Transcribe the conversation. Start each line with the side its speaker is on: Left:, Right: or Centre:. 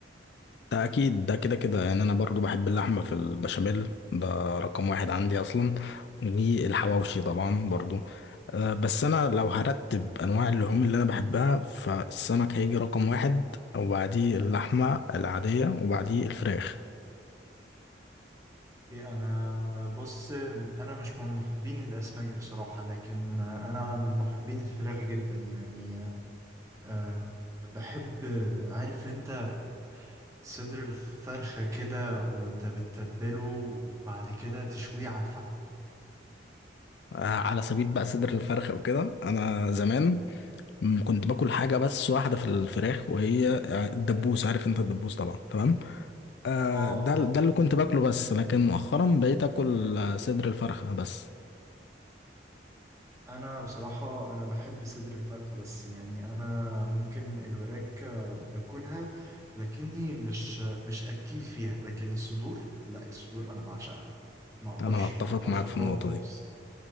Left: ده اكيد ده كده كده يعني انا برضو بحب اللحمه في البشاميل ده رقم واحد عندي اصلا والحواوشي طبعا برضو آه، بس انا لو هرتب انواع اللحوم اللي انا بحبها فالسمك هيجي رقم واحد وبعديه اللحمه العاديه وبعديه الفراخ
Right: إيه انا بص انا مش من محبين الاسماك بصراحه لكن انا من محبين الفراخ جدا يعني أه بحب عارف انت صدر الفرخه كده وانت بتتبله وبعد كده تشويه على الفحم
Left: آه، على سبيل بقى صدر الفرخة وكده أنا زمان م- كنت باكل حاجة بس واحدة في الفراخ وهي آه، الدبوس عارف أنت الدبوس طبعا تمام آه،
Right: اه
Left: ده
Right: اه
Left: ده اللي كنت باكله بس لكن مؤخرا بقيت آكل آه، صدر الفرخة بس
Right: انا بصراحه انا بحب صدر الفرخه بس يعني انا ممكن الوراك آه، باكلها لكني مش مش اكيل فيها لكن الصدور لا الصدور انا بعشقها ما اقدرش
Left: أنا أتفق
Right: ما اقدرش
Left: معاك
Right: اقاوم
Left: في النقطة دي